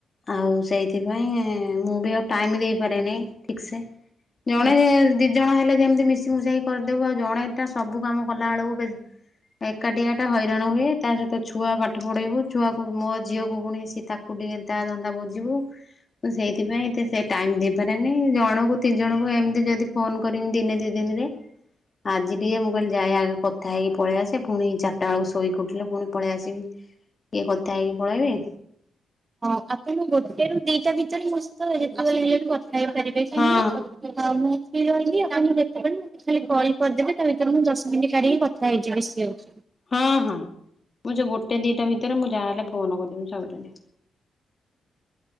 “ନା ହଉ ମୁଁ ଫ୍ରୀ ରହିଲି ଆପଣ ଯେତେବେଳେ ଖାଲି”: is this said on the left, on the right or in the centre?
Right